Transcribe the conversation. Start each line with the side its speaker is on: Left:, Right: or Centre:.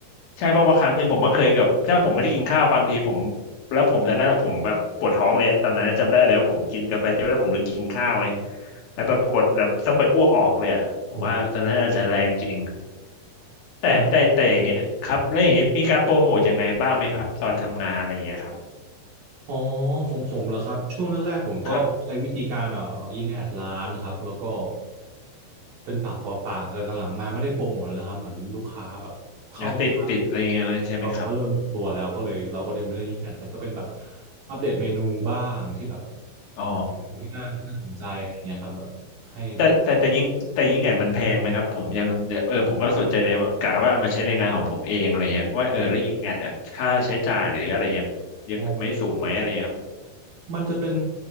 Left: ใช่เพราะเพราะครั้งหนึ่งผมก็เคยกับถ้าผมไม่ได้กินข้าวบางทีผมแล้วผมตอนนั้นอะผมแบบปวดท้องเลยตอนนั้นจำได้เลยว่าผมกินกาแฟเสร็จแล้วผมลืมกินข้าวไงแล้วแบบกดแบบต้องไปอ้วกออกเลยอะผมว่าตอนนั้นอาจจะแรงจริง
Right: โอ้
Left: แต่แต่แต่อย่างเงี้ยครับแล้วอย่างเงี้ยมีการโปรโมทยังไงบ้างไหมครับตอนทำงานอะไรอย่างเงี้ยครับ
Right: แต่อ๋อของผมเหรอครับ ช่วงแรกๆผมก็ใช้วิธีการเอ่อยิงแอดร้านครับ
Left: ครับ
Right: แล้วก็เป็นปากต่อปากแต่หลังๆมาไม่ได้โปรโมทแล้วนะครับ เหมือนลูกค้าแบบเข้ามา
Left: เดี๋ยวติดติดอะไรอย่างเงี้ยนะใช่ไหมครับ
Right: ก็ก็เริ่มอยู่ตัวแล้วก็เลยเราก็เลยไม่ได้ยิงแอดแต่ก็เป็นแบบอัปเดตเมนูบ้างที่แบบ
Left: อ๋อ
Right: ที่น่าที่น่าสนใจอะไรเงี้ยครับแบบให้แบบ
Left: แต่แต่แต่ยิงแต่ยิงแอดมันแพงไหมครับผมยังเออผมก็สนใจเลยว่ากะว่าเอามาใช้ในงานของผมเองอะไรเงี้ยว่าเออแล้วยิงแอดอะค่าใช้จ่ายหรืออะไรเงี้ยเยอะไหมสูงไหมอะไรเงี้ยครับ
Right: อ๋อมันจะเป็น